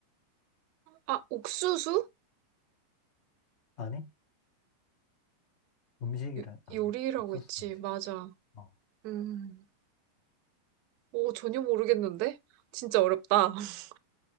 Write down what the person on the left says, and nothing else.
아니? 음식이란,
아,
옥수수
음식.
어,